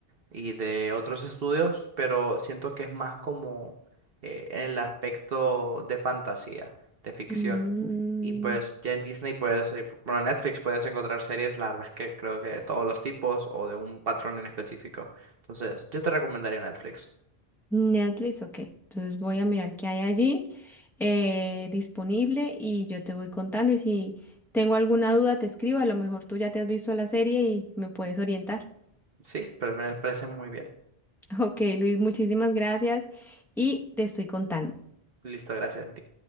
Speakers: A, on the right; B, in the centre.
A: y de otros estudios, pero siento que es más como eh, en el aspecto de fantasía, de ficción.
B: Mm,
A: Y pues ya en Disney puedes, eh, bueno, en Netflix puedes encontrar series, la verdad es que creo que de todos los tipos o de un patrón en específico. Entonces, yo te recomendaría Netflix.
B: Netflix, ok. Entonces voy a mirar qué hay allí eh, disponible y yo te voy contando. Y si tengo alguna duda, te escribo. A lo mejor tú ya te has visto la serie y me puedes orientar. <laughs>
A: Sí, pero me parece muy bien.
B: Ok, Luis, muchísimas gracias y te estoy contando.
A: Listo, gracias a ti.